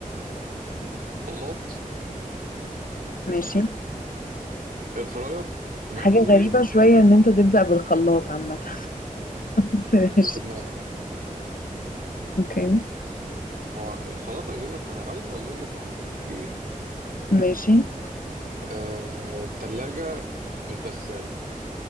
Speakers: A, on the right (about 85°); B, on the left (about 75°).
A: خلاط
B: ماشي
A: إير فراير مايكرويف
B: حاجة غريبة شوية إن أنت تبدأ بالخلاط عامة <laughs> بس ماشي
A: أنا جه في دماغي
B: أوكي
A: هو الخلاط أجهزة كهربائية وأجهزة كهربائية في إيه؟
B: ماشي
A: آه التلاجة الغسالة